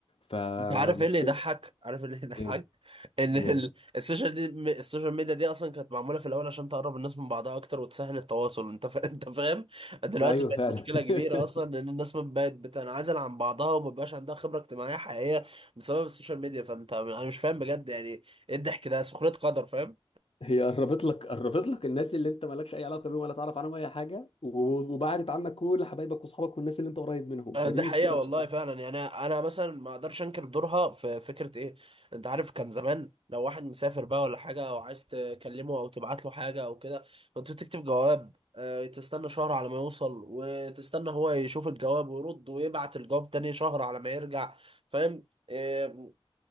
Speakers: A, on the left; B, on the right.
A: فمشكلة
B: انت عارف ايه اللي يضحك عارف ايه اللي يضحك
A: إيه
B: ان
A: إيه
B: ال- السوشيال دي م- السوشيال ميديا دي اصلا كانت معموله في الاول عشان تقرب الناس من بعضها اكتر وتسهل التواصل انت فا... <laughs> انت فاهم دلوقتي
A: أيوه
B: بقت
A: فعلا
B: مشكله كبيره
A: <laughs>
B: اصلا ان الناس ما بقت بتنعزل عن بعضها وما بقاش عندها خبره اجتماعيه حقيقيه بسبب السوشيال ميديا فانت انا مش فاهم بجد يعني ايه الضحك ده سخريه قدر فاهم
A: هي قربت لك قربت لك الناس اللي انت مالكش اي علاقه بيهم ولا تعرف عنهم اي حاجه و- وبعدت عنك كل حبايبك واصحابك والناس اللي انت قريب منهم
B: آه،
A: فدي
B: ده
A: مشكله
B: حقيقة والله
A: بصراحه
B: فعلا يعني أنا أنا مثلا ما أقدرش أنكر دورها في فكرة إيه أنت عارف كان زمان لو واحد مسافر بقى ولا حاجة أو عايز تكلمه أو تبعت له حاجة أو كده كنت تكتب جواب آه، تستنى شهر على ما يوصل وتستنى هو يشوف الجواب ويرد ويبعت الجواب تاني شهر على ما يرجع فاهم آه،